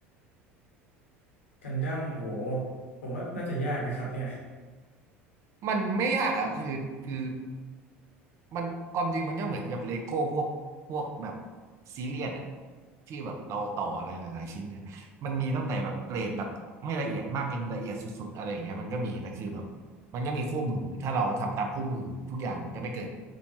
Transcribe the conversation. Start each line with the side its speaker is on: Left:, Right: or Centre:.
Left: กันดั้มโหผมว่าน่าจะยากนะครับเนี่ย
Right: มันไม่ยากอะครับคือคือมันความจริงมันก็เหมือนกับเลโก้พวกพวกแบบซีเรียสอะที่แบบเราต่ออะไรหลายๆชิ้นนะมันมีตั้งแต่แบบเกรดแบบไม่ละเอียดมากยังละเอียดสุดๆอะไรอย่างเงี้ยมันก็มีแต่คือแบบมันก็มีคู่มือถ้าเราทำตามคู่มือทุกอย่างมันก็ไม่เกิด